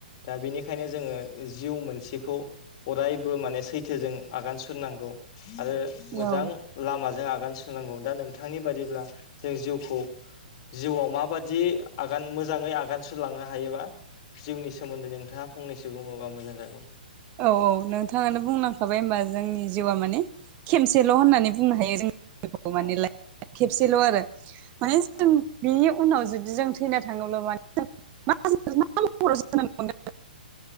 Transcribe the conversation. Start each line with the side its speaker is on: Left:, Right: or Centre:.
Left: दा बेनिखायनो जोङो जिउ मोनसेखौ। अरायबो माने सैथोजों आगान सुरनांगौ। आरो मोजां
Right: औ
Left: लामाजों आगान सुरनांगौ। दा नोंथांनि बादिब्ला जों जिउखौ जिउआव माबादि आगान। मोजाङै आगान सुरलांनो हायोबा। जिउनि सोमोन्दै नोंथाङा फंनैसो बुङोबा मोजां जागौ।
Right: औ औ नोंथाङानो बुंलांखाबाय होमबा जोंनि जिउआ माने खेमसेल' होननानै बुंनो हायो जों। माने
Left: औ
Right: खेबसेल' आरो। माने जों
Left: औ
Right: बिनि उनाव जुदि जों थैना थाङोब्ला माने। मा महराव जोनोम मोनगोन।